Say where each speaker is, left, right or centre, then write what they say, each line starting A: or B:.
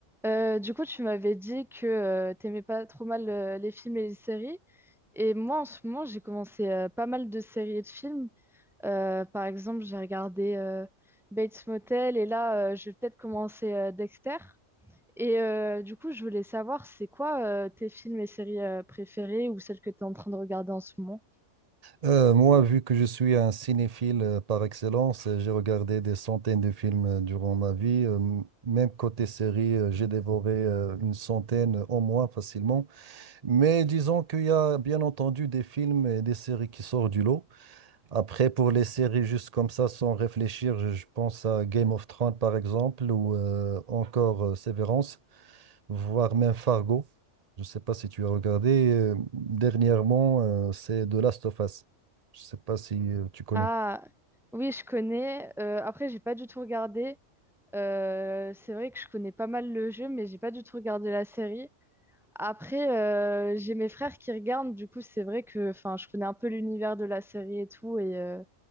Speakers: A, in the centre; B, on the right.
A: Euh, du coup, tu m'avais dit que euh, t'aimais pas trop mal euh, les films et les séries. Et moi, en ce moment, j'ai commencé euh, pas mal de séries et de films. Euh, par exemple, j'ai regardé euh, Bates Motel et là, euh, je vais peut-être commencer euh, Dexter. Et euh, du coup, je voulais savoir, c'est quoi euh, tes films et séries euh, préférés ou celles que tu es en train de regarder en ce moment?
B: Euh, moi, vu que je suis un cinéphile euh, par excellence, euh, j'ai regardé des centaines de films euh, durant ma vie. Euh, m- même côté série, euh, j'ai dévoré euh, une centaine euh, au moins facilement. Mais disons qu'il y a bien entendu des films et des séries qui sortent du lot. Après, pour les séries juste comme ça, sans réfléchir, je, je pense à Game of Thrones par exemple ou euh, encore euh, Severance voire même Fargo. Je ne sais pas si tu as regardé. euh, dernièrement, euh, c'est The Last of Us. Je ne sais pas si euh, tu connais.
A: Ah, oui, je connais. Euh, après, j'ai pas du tout regardé. Euh, c'est vrai que je connais pas mal le jeu, mais j'ai pas du tout regardé la série. Après, euh, j'ai mes frères qui regardent, du coup, c'est vrai que enfin, je connais un peu l'univers de la série et tout. Et, euh,